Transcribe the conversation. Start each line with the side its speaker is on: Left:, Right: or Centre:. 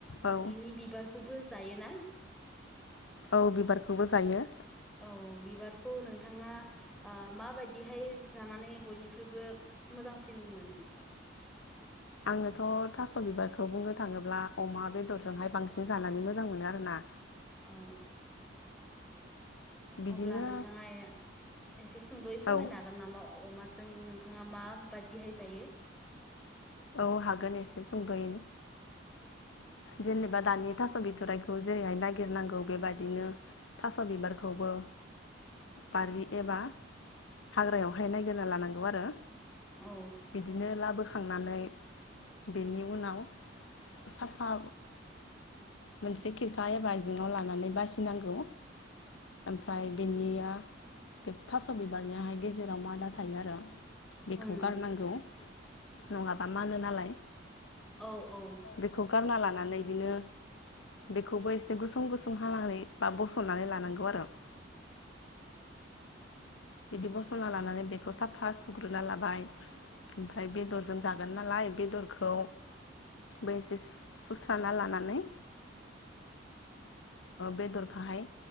Left: औ
Centre: बिनि बिबारखौबो जायोना
Left: औ बिबारखौबो जायो
Centre: औ बिबारखौ नोंथाङा माबायदिहाय जानानै बयनिख्रुइबो मोजांसिन मोनो
Left: आङोथ' थास' बिबारखौ बुंनो थाङोब्ला अमा बेदरजोंहाय बांसिन जानानै मोजां मोनो आरोना
Centre: औ
Left: बिदिनो
Centre: अब्ला नोंथाङा एसे सुंद'यै फोरमायनो
Left: औ
Centre: हागोन नामा अमाजों नोंथाङा मा बाददिहाय जायो
Left: औ हागोन एसे सुंद'यैनो जेनेबा दानि थास' बिथरा खौ जेरैहाय नागिरनांगौ बेबायदिनो थास' बिबारखौबो बारि एबा हाग्रायावहाय नायगिरना लानांगौ आरो
Centre: औ
Left: बिदिनो लाबोखांनानै बेनि उनाव सफा मोनसे खिरखा एबा आइजेङाव लानानै बासिनांगौ ओमफ्राय बेनिया बेथास' बिबारनियाहाय जेराव मादा थायो आरो बेखौ
Centre: उम
Left: गारनांगौ नङाबा मानो नालाय नालाय
Centre: औ औ
Left: बेखौ गारना लानानै बिदिनो बेखौबो एसे गुसुं गुसुं हानानै बा बसननानै लानांगौ आरो <inaudible> बिदि बसना लानानै बेखौ साफा सुग्रोना लाबाय ओमफ्राय बे बेदरजों जागोन नालाय बेदरखौ बे एसे सुस्रा लानानै बेदरखाहाय